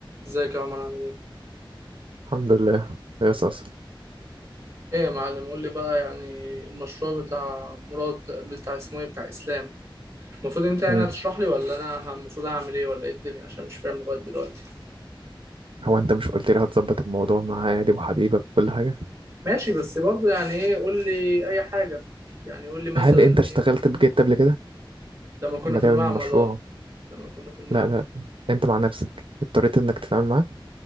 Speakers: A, on the right; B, on the right.
A: ازيك يا عمر عامل ايه؟
B: الحمد لله يا صاصة
A: ايه يا معلم قول لي بقى يعني المشروع بتاع مراد بتاع اسمه ايه بتاع اسلام المفروض انت يعني
B: مم.
A: هتشرح لي ولا انا المفروض اعمل ايه ولا ايه الدنيا عشان مش فاهم لغايه دلوقتي
B: هو انت مش قلت لي هتظبط الموضوع مع عادي وحبيبك وكل حاجة
A: ماشي بس برضه يعني ايه قول لي اي حاجه يعني قول لي مثلا
B: هل انت
A: ايه
B: اشتغلت بجد قبل كده
A: لما كنا
B: اما
A: في
B: تعمل
A: المعمل
B: مشروع
A: اه لما كنا في المعمل
B: لا لا انت مع نفسك اضطريت انك تتعامل معاه